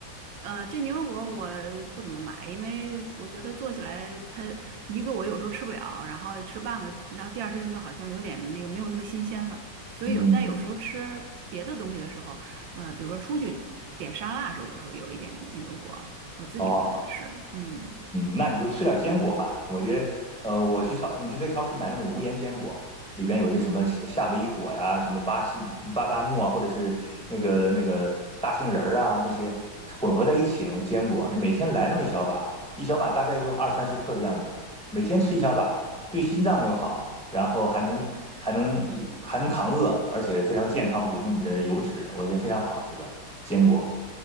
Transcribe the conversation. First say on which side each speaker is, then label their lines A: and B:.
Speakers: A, on the right; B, in the centre.
A: 呃，这牛油果我不怎么买，因为我觉得做起来它一个我有时候吃不了，然后吃半个，然后第二天就好像有点那个没有那么新鲜了。所以有，
B: 嗯。
A: 但有时候吃别的东西的时候，呃，比如说出去点沙拉的时候，有时候有一点牛油果，我自己不怎么吃。
B: 哦，
A: 嗯
B: 嗯，那你就吃点坚果吧。我觉得，呃，我去超，你去可以超市买那种无盐坚果，里边有些什么夏夏威夷果呀，什么巴西巴旦木啊，或者是那个那个大杏仁儿啊，那些混合在一起那种坚果，你每天来那么一小把，一小把大概就二三十克的样子，每天吃一小把，对心脏又好，然后还能还能还能扛饿，而且非常健康，补充你的油脂，我觉得非常好。这个坚果，